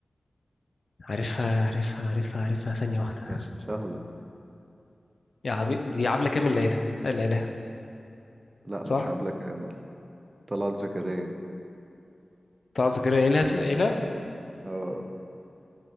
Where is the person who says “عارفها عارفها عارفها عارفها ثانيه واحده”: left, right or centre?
Left